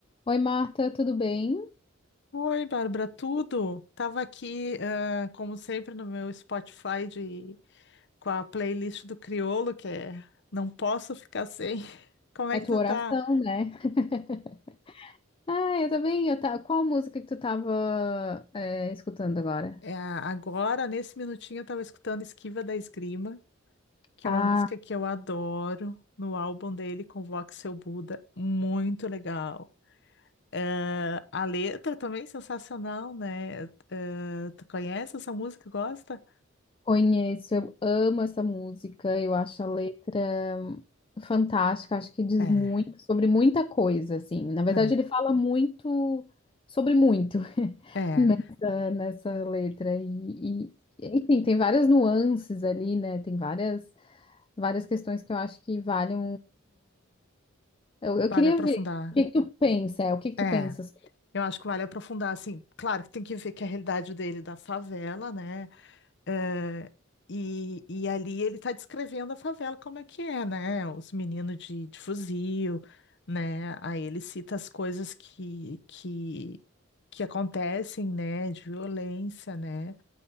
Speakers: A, on the left; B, on the left.
A: Oi, Marta, tudo bem?
B: Oi, Bárbara, tudo? Tava aqui, ah, como sempre, no meu Spotify de... com a playlist do Criolo, que é Não Posso Ficar Sem. <laughs> Como é
A: É
B: que
A: tua
B: tu
A: oração,
B: tá?
A: né? <laughs> Ah, eu também. Eu ta... Qual música que tu tava é, escutando agora?
B: É, agora, nesse minutinho, eu tava escutando Esquiva da Esgrima, que
A: Ah,
B: é uma música que eu adoro, no álbum dele, Convoque Seu Buda, muito legal. Eh, a letra também é sensacional, né? Eh, tu conhece essa música? Gosta?
A: conheço. Eu amo essa música. Eu acho a letra fantástica. Acho que diz
B: É,
A: muito sobre muita coisa, assim. Na verdade,
B: é,
A: ele fala muito sobre muito
B: é.
A: <laughs> eh, nessa letra. E, e, enfim, tem várias nuances ali, né? Tem várias, várias questões que eu acho que valem Eu, eu queria
B: Vale aprofundar.
A: ver o que que tu pensa, é, o que que tu
B: É,
A: pensas.
B: eu acho que vale aprofundar, assim, claro que tem que ver que é a realidade dele é da favela, né? É, e, e ali ele tá descrevendo a favela como é que é, né? Os meninos de, de fuzil, né? Aí ele cita as coisas que, que, que acontecem, né? De violência, né?